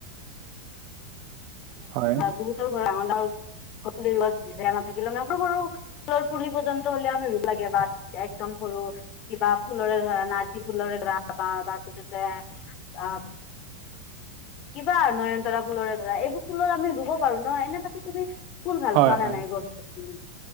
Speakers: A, on the right; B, on the left.
A: হয়
B: বহুতৰ ঘ জেয়া না থাকিলে মানে ঘৰ। ফুলৰ পুলি পৰ্যন্ত হ'লেও আমি ৰোগ লাগে বা একদম সৰু কিবা ফুলৰে ধৰা না যি ফুলৰে। বা তাৰপিছতে অ।
A: <unintelligible>
B: কিবা নয়নতৰা ফুলৰে ধৰা এইবোৰ ফুলৰ আমি ৰুব পাৰো ন এনে পাছত তুমি। ফুল ভাল
A: হয়
B: পোৱা নে
A: হয়
B: নাই গছ গছনি?